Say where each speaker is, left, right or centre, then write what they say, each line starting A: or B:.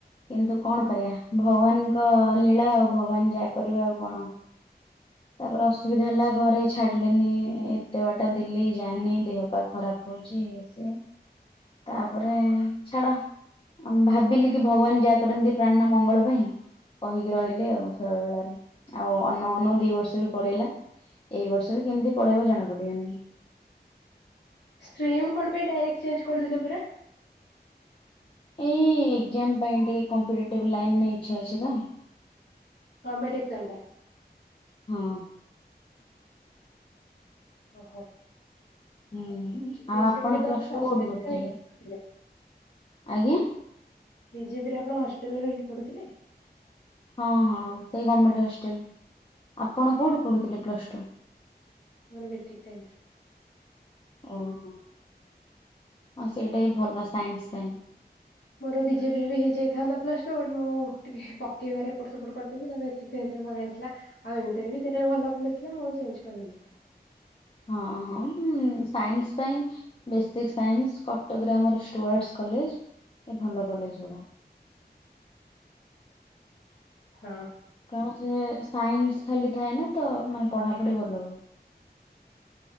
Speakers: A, on the left; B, on the left.
A: କିନ୍ତୁ କଣ କରିବା ଭଗବାନଙ୍କ ଲୀଳା ଆଉ ଭଗବାନ ଯାହା କରିବେ ଆଉ କଣ। ତାପରେ ଅସୁବିଧା ହେଲା ଘରେ ଛାଡିଲେନି ଏତେ ବାଟ ଦିଲ୍ଲୀ ଯାନି ଦେହ ପା ଖରା ହଉଛି ଇଏ ସିଏ ତାପରେ ଛାଡ। ଅଁ ଭାବିଲି କି ଭଗବାନ ଯାହା କରନ୍ତି। ପ୍ରାଣିର ମଙ୍ଗଳ ପାଇଁ କହିକି ରହିଲି ଆଉ ଶୈଳବାଳାରେ ଆଉ ଅନଉ ଅନଉ ଦି ବସ ପଳେଇଲା ଏଇ ବର୍ଷ ବି କେମିତି ପଳେଇବ ଜଣା ପଡିବନି।
B: ଷ୍ଟ୍ରିମ୍ କଣ ପାଇଁ ଡାଇରେକ୍ଟ ଚେଞ୍ଜ କରିଦେଲେ ପୁରା?
A: ଏଇ ଏକ୍ଜାମ ପାଇଁ ଟିକେ କମ୍ପିଟେଟିଭ ଲାଇନରେ ଇଚ୍ଛା ଅଛି ତ।
B: ଗମେଣ୍ଟ ଏକ୍ଜାମ ପାଇଁ।
A: ହୁଁ।
B: ଓହୋ।
A: ହୁଁ
B: ବିଜେପିରେ
A: ଆଉ ଆପଣ
B: ତ
A: ପ୍ଲସ
B: ହଷ୍ଟେଲରେ
A: ଟୁ କୋଉଠି କରୁଥିଲେ?
B: ରହିକି ପଢୁଥିଲେ।
A: ଆଜ୍ଞା।
B: ବି ଜେ ବି ରେ ଆପଣ ହଷ୍ଟେଲ ରେ ରହିକି ପଢୁଥିଲେ?
A: ହଁ ହଁ ସେଇ ଗମେଣ୍ଟ ହଷ୍ଟେଲ। ଆପଣ କୋଉଠି ପଢୁଥିଲେ ପ୍ଲସ ଟୁ?
B: ମୋର ବେସିକ୍ ସାଇନ୍ସ।
A: ଓହୋ, ଆଉ ସେଇଟା ଭଲ ସାଇନ୍ସ ପାଇଁ।
B: ମୋର ବିଜେପିରେ ବି ହେଇଯାଇଥାନ୍ତା ପ୍ଲସ ଟୁ, ବଟ୍ ମୁଁ ଟିକେ ପକେଇବାରେ ଟିକେ ଏପଟ ସେପଟ କରିଦେଲି ତ ସେ ସେଇଥିରେ ପଳେଇ ଆସିଲା, ଆଉ ଏମିତିରେ ବି ସେଟା ଭଲ କଲେଜ ଥିଲା, ମୁଁ ଆଉ ଚେଞ୍ଜ କଲିିନି।
A: ହଁ, ହଁ, ହୁଁ, ସାଇନ୍ସ ପାଇଁ ବେସିକ୍ ସାଇନ୍ସ, କଟକ ରେ ଆମର ଷ୍ଟୁଆର୍ଟସ୍ କଲେଜ, ଏ ଭଲ କଲେଜ ଗୁଡ଼ା।
B: ହଁ।
A: କଣ ସେ ସାଇନ୍ସ ଖାଲି ଥାଏ ନା, ତ ମାନେ ପଢାପଢି ଭଲ ହୁଏ?